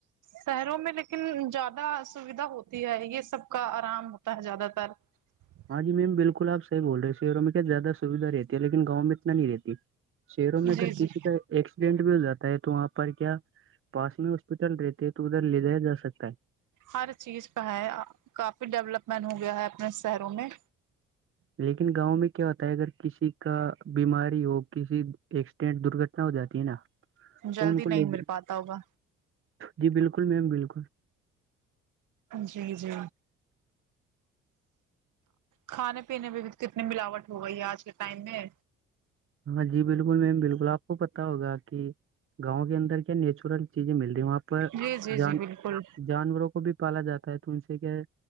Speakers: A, on the right; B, on the right.
A: شہروں میں لیکن زیادہ سویدھا ہوتی ہے یہ سب کا آرام ہوتا ہے زیادہ تر <unintelligible>
B: ہاں جی میم بالکل آ صح بول رہے شہر میں کیا زیادہ سویدھا رہتی ہے لیکن گاؤں میں اتنا نہیں رہتی شہروں میں اگر
A: جی جی
B: کسی کا ایکسیڈینٹ بھی ہو جاتا ہے تو وہاں پر کیا پاس میں ہاسپٹل رہتے ہیں تو ادھر لے جیا جا سکتا ہے
A: ہر چیز پہ ہے کافی ڈیولپمنٹ ہو گیا ہے اپنے شہروں میں
B: لیکن گاؤں میں کیا ہوتا ہے اگر کسی کا بیماری ہو کسی ایکسیڈینٹ درگھٹنا ہو جاتی ہے نا تو
A: جلدی
B: ان کو
A: نہیں
B: لے
A: مل پاتا ہوگا
B: جی بالکل میم بالکل
A: جی جی کھانے پینے میں بھی تو کتنی ملاوٹ ہو گئی ہے آج کے ٹائم میں
B: ہاں جی بالکل میم بالکل آپ کو پت ہوگا کہ گاؤں کے اندر کیا نیچرل چیزیں مل رہی وہاں پر
A: جی جی
B: جان
A: جی بالکل
B: جانوروں کو بھی پالا جاتا ہے تو ان سے کیا